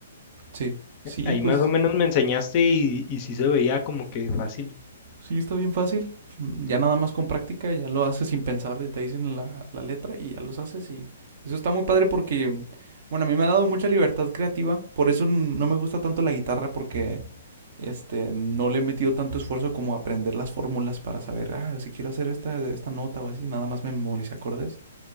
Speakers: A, on the right; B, on the left.
A: Sí, sí,
B: ahí
A: pues
B: más o menos me enseñaste y, y sí se veía como que fácil.
A: sí, está bien fácil. Mm, Ya nada más con práctica, ya lo haces sin pensar, y te dicen la, la letra y ya los haces y eso está muy padre porque, bueno, a mí me ha dado mucha libertad creativa, por eso n- no me gusta tanto la guitarra porque este, no le he metido tanto esfuerzo como aprender las fórmulas para saber, ah, si quiero hacer esta, esta nota o así, nada más me memoricé acordes.